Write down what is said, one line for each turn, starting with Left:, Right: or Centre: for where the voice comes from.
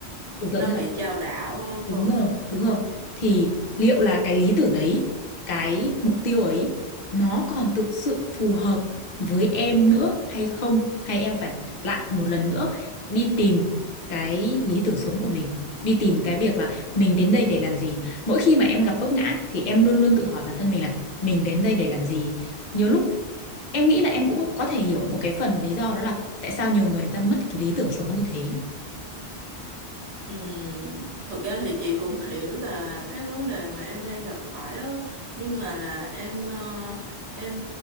Left: tưởng tượng
Right: nó
Left: như
Right: bị
Left: là
Right: chao đảo phải
Left: Đúng
Right: không
Left: rồi, đúng rồi. Thì liệu là cái lý tưởng đấy, cái mục tiêu ấy, nó còn thực sự phù hợp với em nữa hay không? Hay em phải lại một lần nữa đi tìm cái lý tưởng sống của mình, đi tìm cái việc là mình đến đây để làm gì. Mỗi khi mà em gặp vấp ngã ấy, thì em luôn luôn tự hỏi bản thân mình là mình đến đây để làm gì. Nhiều lúc em nghĩ là em cũng có thể hiểu một cái phần lý do đó là tại sao nhiều người người ta mất cái lý tưởng sống như thế.
Right: Ừm, thực ra thì chị cũng hiểu là cái vấn đề mà em đang gặp phải á, nhưng mà là em ờ, em